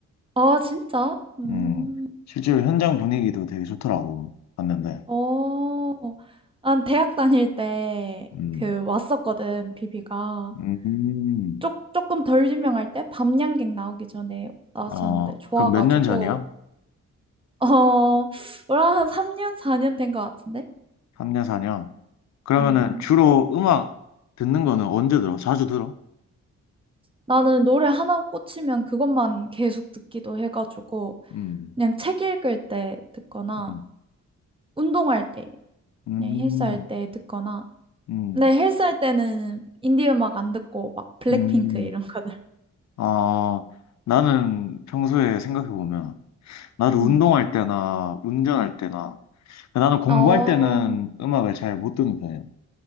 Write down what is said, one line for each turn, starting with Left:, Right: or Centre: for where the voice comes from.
Right: 아, 진짜? 음.
Left: 음, 실제로 현장 분위기도 되게 좋더라고 봤는데.
Right: 어. 난 대학 다닐 때
Left: 음,
Right: 그 왔었거든, 비비가.
Left: 음,
Right: 조, 조금 덜 유명할 때 밤양갱 나오기 전에 나왔었는데
Left: 어,
Right: 좋아가지고.
Left: 그럼 몇 년 전이야?
Right: 어, 뭐라 한 3년, 4년 된 것 같은데?
Left: 3년, 4년? 그러면은
Right: 음.
Left: 주로 음악 듣는 거는 언제 들어? 자주 들어?
Right: 나는 노래 하나 꽂히면 그것만 계속 듣기도 해가지고
Left: 음,
Right: 그냥 책 읽을 때 듣거나
Left: 음,
Right: 운동할 때
Left: 음,
Right: 그냥 헬스할 때 듣거나
Left: 음.
Right: 근데 헬스할 때는 인디 음악 안 듣고 막 블랙핑크
Left: 음.
Right: 이런 <laughs> 거들
Left: 아, 나는 평소에 생각해보면, 나도 운동할
Right: 음.
Left: 때나, 운전할 때나, 그 나는 공부할
Right: 어,
Left: 때는 음악을 잘 못 듣는 편이야.